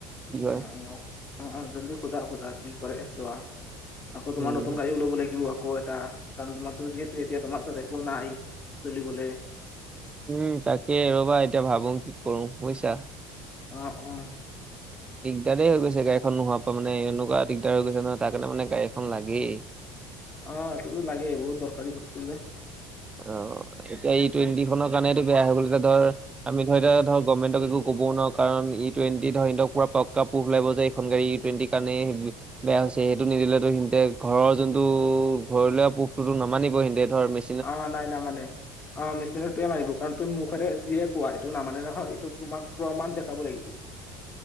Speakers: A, on the right; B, on the left.
A: কি হয়।
B: উম অ অ অ জল্দি সোধা সোধা কি কৰে চোৱা। আকৌ তোমাৰ
A: উম
B: নতুন গাড়ীও ল'ব লাগিব আকৌ এটা। কাৰণ তোমাৰটো যিহেতু এতিয়া তোমাৰ তাত একো নাই চলিবলে।
A: উম, তাকে ৰ'বা এতিয়া ভাবো কি কৰো পইচা।
B: অ অ।
A: দিগদাৰেই হৈ গৈছে গাড়ীখন নোহোৱাৰ পৰা মানে এনেকুৱা দিগদাৰ হৈ গৈছে নহয় তাৰ কাৰণে মানে গাড়ী এখন লাগেই।
B: অ এইটোতো লাগেই বহুত দৰকাৰী বস্তু যে।
A: অ এতিয়া ই টুৱেণ্টিখনৰ কাৰণেটো বেয়া হৈ গ'ল এতিয়া ধৰ আমি ধৰ এতিয়া ধৰ গভমেণ্টক একো ক'বও নোৱাৰো কাৰণ ই টুৱেণ্টি ধৰ ইহঁতক পোৰা পাক্কা প্ৰোভ লাগিব যে এইখন গাড়ী ই টুৱেণ্টিৰ কাৰণেই বেয়া হৈছে সেইটো নিদিলেটো সিহঁতে ঘৰৰ যোনটো ঘৰলোৱা প্ৰোভটো টো নামানিব সিঁহতে ধৰ মি
B: অ, নাই নামানে। অ মেচিনৰটোৱে মানিব কাৰণ তুমি মুখেৰে যিয়ে কোৱা এইটো নামানে নহয় এইটো তোমাক প্ৰমাণ দেখাব লাগিব।